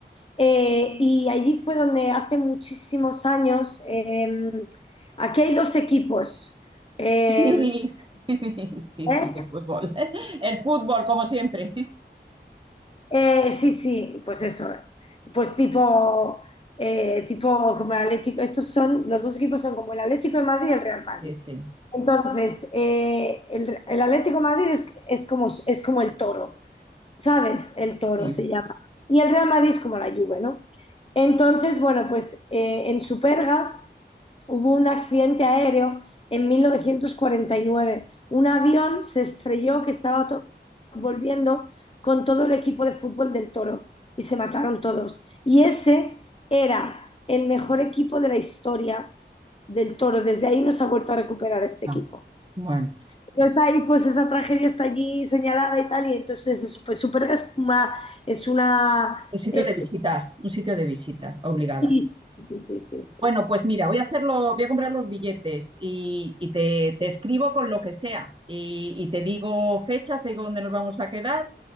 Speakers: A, on the left; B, on the right.
A: Eh, y allí fue donde hace muchísimos años, eh, aquí hay dos equipos. em,
B: Sí, sí, <laughs> sí,
A: ¿Eh?
B: sí, de fútbol. <laughs> El fútbol, como siempre.
A: Eh, sí, sí, pues eso. Pues tipo, eh, tipo como el Atlético. Estos son, los dos equipos son como el Atlético de Madrid y el Real Madrid.
B: Sí, sí,
A: Entonces, eh, el, el Atlético de Madrid es, es como, es como el toro, ¿sabes? El toro
B: sí.
A: se llama. Y el Real Madrid es como la Juve, ¿no? Entonces, bueno, pues eh, en Superga hubo un accidente aéreo en 1949. Un avión se estrelló que estaba volviendo con todo el equipo de fútbol del Toro y se mataron todos. Y ese era el mejor equipo de la historia del Toro. Desde ahí no se ha vuelto a recuperar este
B: Ah,
A: equipo.
B: bueno,
A: Entonces ahí pues esa tragedia está allí señalada y tal, y entonces es súper, súper, es una...
B: un sitio
A: Es,
B: de visita, un sitio de visita, obligada.
A: sí, sí, sí, sí, sí, sí.
B: Bueno,
A: sí,
B: pues
A: sí.
B: mira, voy a hacerlo, voy a comprar los billetes y, y te, te escribo con lo que sea y, y te digo fechas, te digo dónde nos vamos a quedar